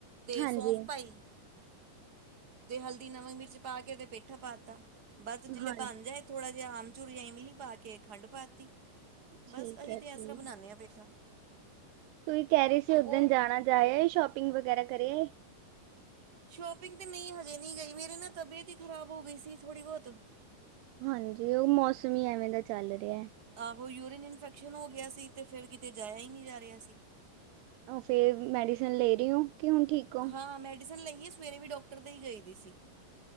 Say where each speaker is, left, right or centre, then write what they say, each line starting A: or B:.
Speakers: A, on the right; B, on the right.
A: ਤੇ
B: ਹਾਂਜੀ
A: ਸੌਂਫ ਪਾਈ ਤੇ ਹਲਦੀ, ਨਮਕ, ਮਿਰਚ ਪਾ ਕੇ ਤੇ ਪੇਠਾ ਪਾਤਾ। ਬਸ ਜਿਲੇ
B: ਹਾਂ
A: ਬਣ ਜਾਏ, ਥੋੜ੍ਹਾ ਜਿਹਾ ਆਮਚੁਰ ਆਂ ਈਂਮਿਲੀ ਪਾ ਕੇ ਖੰਡ ਪਾਤੀ।
B: ਠੀਕ
A: ਬਸ ਅਸੀਂ
B: ਹੈ
A: ਤਾਂ,
B: ਜੀ
A: ਐ ਸਰਾਂ ਬਣਾਨਦੇ ਆਂ ਪੇਠਾ।
B: ਤੁਸੀਂ ਕੇਹ ਰਏ ਸੀ,
A: ਤੇ
B: ਓਸ
A: ਉਹ
B: ਦਿਨ ਜਾਨਾ, ਜਾ ਆਏ ਸ਼ੋਪਿੰਗ ਵਗੈਰਾ ਕਰੇ ਆਏ।
A: ਸ਼ੋਪਿੰਗ ਤੇ ਨਈਂ, ਹਜੇ ਨਹੀਂ ਗਈ। ਮੇਰੀ ਨਾ ਤਬੀਅਤ ਈ ਖਰਾਬ ਹੋ ਗਈ ਸੀ ਥੋੜੀ ਬੌਤ।
B: ਹਾਂਜੀ, ਓ ਮੌਸਮ ਈ ਐਵੇਂ ਦਾ ਚੱਲ ਰੇਆ।
A: ਆਹੋ ਯੂਰੀਨ ਇਨਫੈਕਸ਼ਨ ਹੋ ਗੇਆ ਸੀ, ਤੇ ਫੇਰ ਕਿਤੇ ਜਾਏਆ ਈ ਨੀਂ ਜਾ ਰੇਆ ਸੀ।
B: ਓ ਫੇਰ ਮੈਡੀਸਨ ਲੇ ਰਏ ਓਂ। ਕੀ ਹੁਨ ਠੀਕ ਹੋ।
A: ਹਾਂ, ਮੈਡੀਸਨ ਲਈ ਏ ਸਵੇਰੇ ਵੀ ਡਾਕਟਰ ਦੇ ਈ ਗਏ ਦੀ ਸੀ।